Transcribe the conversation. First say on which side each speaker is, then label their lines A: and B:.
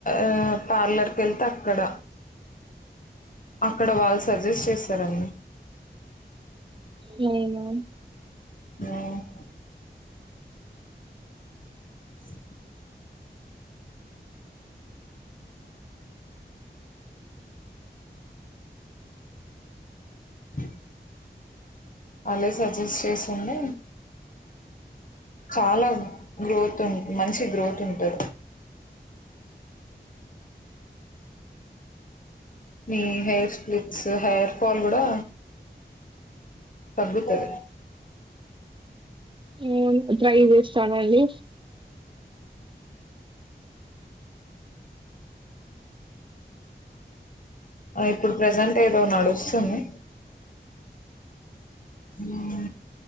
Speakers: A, on the left (about 45°); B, on the right (about 30°).
A: ఆ పార్లర్ కెళ్తే అక్కడ అక్కడ వాల్సి సజిస్ట్ చేస్తారండి
B: అవున
A: ఆహ్ <inaudible> <inaudible> అలే సజెస్ట్ చేసిండే చాలా గ్రోత్ ఉం మంచి గ్రోత్ ఉంటది మీ హెయిర్ స్ప్లిట్స్ హెయిర్ ఫాల్ కూడా. తగ్గుతది
B: ఉహ్మ్ డ్రై హెయి తనండి
A: ఆ ఇప్పుడు ప్రజెంట్ ఏదో నడుస్తుంది. ఉహ్ హు